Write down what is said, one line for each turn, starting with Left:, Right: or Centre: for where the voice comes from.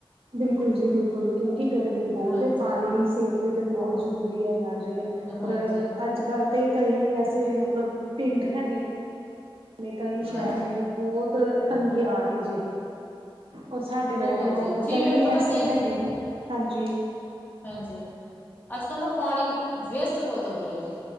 Right: ਬਿਲਕੁਲ ਜੀ, ਬਿਲਕੁਲ ਕਿਯੁਕਿ ਗਰਮੀ ਬੋਤ
Left: ਹਾਂਜੀ
Right: ਏ, ਪਾਨੀ ਸੇਹਤ ਲਈ ਤਾ
Left: ਬਹੁਤ
Right: ਬੋਤ ਜ਼ਰੂਰੀ ਹੈਗਾ ਜੇ।
Left: ਹਾਂਜੀ
Right: ਪਰ ਅੱਜ-ਕੱਲ ਤੇ ਕਈ ਐਸੇ ਮਤਲਬ ਪਿੰਡ ਹੈਗੇ ਕਈ ਸ਼ਆਣੇ
Left: ਹਾਂਜੀ
Right: ਦੀ ਬੋਤ ਤੰਗੀ ਆ ਰੀ ਜੇ। ਔਰ ਸਾਡੇ
Left: ਬਹੁਤ
Right: ਵਰਗੇ ਲੋਕ
Left: ਜੀ ਜੀ
Right: ਕਈ
Left: ਇਹ ਪਤਾ
Right: ਐਸੇ
Left: ਕੀ ਹੈ ਜੀ
Right: ਹੈਗੇ ਨੇ, ਹਾਂਜੀ-
Left: ਹਾਂਜੀ ਅੱਜ ਕੱਲ ਨਾ ਪਾਣੀ ਵੇਸਟ ਬਹੁਤ ਹੋ ਰਿਹਾ ਜੀ।